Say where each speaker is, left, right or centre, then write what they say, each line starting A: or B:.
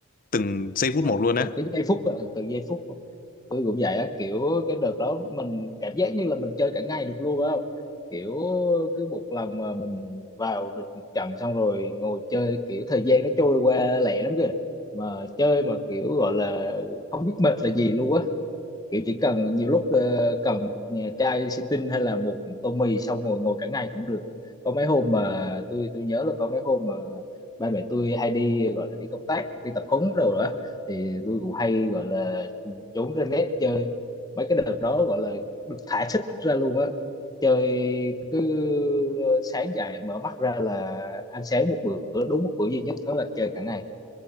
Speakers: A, on the left (about 40°); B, on the left (about 15°).
A: từng giây phút
B: đúng rồi
A: một luôn á.
B: từng cái giây phút ờ, từng giây phút tôi cũng vậy á kiểu cái đợt đó mình cảm giác như là mình chơi cả ngày được luôn á không kiểu cứ một lần mà mình vào được một trận xong rồi ngồi chơi kiểu thời gian nó trôi qua lẹ lắm kìa mà chơi mà kiểu gọi là không biết mệt là gì luôn á kiểu chỉ cần nhiều lúc ờ, cần một ờ, chai xì tinh hay là một tô mì xong ngồi ngồi cả ngày cũng được có mấy hôm mà tôi tôi nhớ là có mấy hôm mà ba mẹ tôi hay đi gọi là đi công tác đi tập huấn rồi đó thì tôi cũng hay gọi là trốn ra net chơi mấy cái đợt đó gọi là được thả sức ra luôn á chơi cứ ờ, sáng dậy mở mắt ra là ăn sáng một bữa đúng một bữa duy nhất thế là chơi cả ngày